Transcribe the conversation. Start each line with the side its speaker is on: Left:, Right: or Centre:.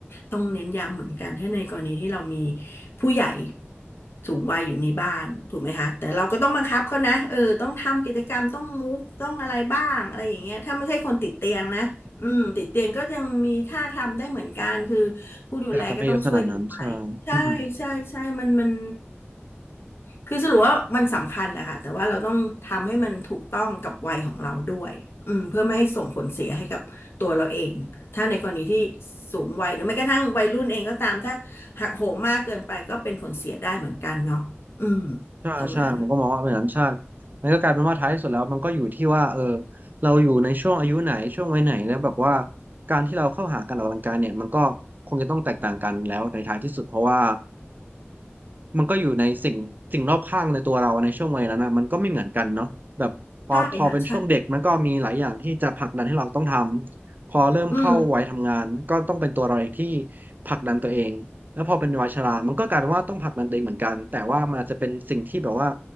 Left: ต้องเน้นย้ำเหมือนกันถ้าในกรณีที่เรามีผู้ใหญ่สูงวัยอยู่ในบ้านถูกไหมคะแต่เราก็ต้องบังคับเขานะเออต้องทำกิจกรรมต้องมูฟต้องอะไรบ้างอะไรอย่างเงี้ยถ้าไม่ใช่คนติดเตียงนะอืมติดเตียงก็ยังมีท่าทำได้เหมือนกันคือผู้ดูแลก็ต้องช่วยกันไป
Right: แต่อาจจะไม่เยอะขนาดนั้นใช่อืม
Left: ใช่ใช่ใช่มันมัน คือสรุปว่ามันสำคัญแหละค่ะแต่ว่าเราต้องทำให้มันถูกต้องกับวัยของเราด้วยอืมเพื่อไม่ให้ส่งผลเสียให้กับตัวเราเองถ้าในกรณีที่สูงวัยหรือแม้กระทั่งวัยรุ่นเองก็ตามถ้าหักโหมมากเกินไปก็เป็นผลเสียได้เหมือนกันเนาะอืม
Right: ใช่ใช่มันก็มองว่าเป็นนั้นใช่
Left: ตรงนั้น
Right: มันก็กลายเป็นว่าท้ายที่สุดแล้วมันก็อยู่ที่ว่าเออเราอยู่ในช่วงอายุไหนช่วงวัยไหนแล้วแบบว่าการที่เราเข้าหาการออกกำลังกายเนี่ยมันก็คงจะต้องแตกต่างกันแล้วในท้ายที่สุดเพราะว่า มันก็อยู่ในสิ่งสิ่งรอบข้างในตัวเราในช่วงวัยนั้นนะมันก็ไม่เหมือนกันเนาะแบบพอทอเป็นช่วงเด็กมันก็มีหลายอย่างที่จะผลักดันให้เราต้องทำพอเริ่มเข้าวัยทำงานก็ต้องเป็นตัวเราเองที่
Left: ใช่ค่ะใช่อืม
Right: ผลักดันตัวเองแล้วพอเป็นวัยชรามันก็กลายเป็นว่าต้องผลักดันตัวเองเหมือนกันแต่ว่ามันอาจจะเป็นสิ่งที่แบบว่า